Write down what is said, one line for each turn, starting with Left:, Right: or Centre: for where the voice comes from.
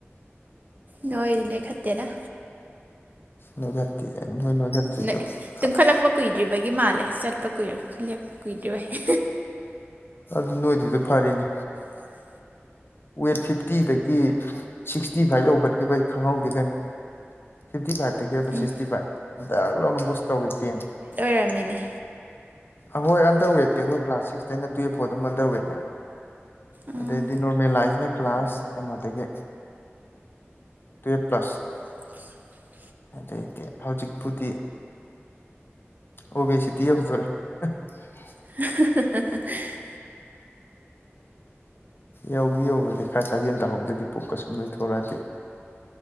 Right: ꯅꯣꯏꯗꯤ ꯅꯣꯏ ꯂꯩꯈꯠꯇꯦꯗ꯫
Left: ꯅꯣꯏꯈꯠꯇꯦ ꯅꯣꯏ ꯅꯣꯏꯈꯠꯇ꯭ꯔꯤꯗꯣ
Right: ꯅꯣꯏ
Left: ꯈ_
Right: ꯇꯨꯝꯈꯠꯂꯛꯄ
Left: _
Right: ꯀꯨꯏꯗ꯭ꯔꯤꯕꯒꯤ ꯃꯥꯜꯂꯦ ꯆꯠꯄ ꯀꯨꯏꯔ ꯂꯦꯞꯄ ꯀꯨꯏꯗ꯭ꯔꯤꯕꯩ꯫
Left: ꯑꯗꯨ ꯅꯣꯏ꯭ꯤꯗꯗꯣ ꯐꯔꯤꯅꯤ꯫
Right: ꯐꯔꯦ꯫
Left: ꯋꯦꯠ ꯐꯤꯞꯇꯤꯗꯒꯤ ꯁꯤꯛꯇꯤꯐꯥꯏ ꯌꯧꯈꯠꯈꯤꯕꯖꯦ ꯈꯪꯍꯧꯗꯦ ꯀꯩꯅꯣ꯫ ꯐꯤꯄꯇꯤꯐꯥꯏꯄꯇꯒꯤ ꯍꯥꯏꯕ
Right: ꯎꯝ
Left: ꯁꯤꯛꯁꯇꯤꯐꯥꯏꯚ ꯗꯛ ꯂꯥꯎꯅ ꯕꯨꯁ ꯇꯧꯋꯤ ꯇꯦꯟ꯫
Right: ꯔꯝꯃꯤꯅꯦ꯫
Left: ꯑꯍꯣꯏ ꯑꯟꯗꯔ ꯋꯦꯠꯇꯤ ꯑꯈꯣꯏ ꯀ꯭ꯂꯥꯁ ꯁꯤꯛꯁꯇꯩꯩꯅ ꯇꯨꯌꯦꯞ ꯐꯥꯎ ꯑꯗꯨꯝ ꯑꯟꯗꯔ ꯋꯦꯠꯅꯦ꯫
Right: ꯎꯝ
Left: ꯑꯗꯩꯗꯤ ꯅꯣꯔꯃꯦꯜ ꯂꯥꯛꯏꯖꯤꯅ ꯀ꯭ꯂꯥꯁ ꯀꯩꯅꯣꯗꯒꯤ_ _ ꯇꯨꯋꯦꯄ ꯄ꯭ꯂꯁ꯫
Right: ꯑꯁ_ _
Left: ꯑꯗꯩꯗꯤ ꯍꯧꯖꯤꯛꯄꯨꯗꯤ_ _ ꯑꯣꯕꯦꯁꯤꯇꯤ ꯌꯧꯗꯣꯔꯦ꯫ <unintelligible>
Right: <unintelligible>
Left: ꯌꯧꯗꯤ ꯌꯧꯔꯣꯏꯗ ꯈꯔ ꯁꯥꯖꯦꯟ ꯇꯍꯧꯗ꯭ꯔꯗꯤ ꯄꯨꯛꯀ ꯁꯨꯝ ꯅꯣꯏꯊꯣꯔꯛꯑꯗꯤ꯫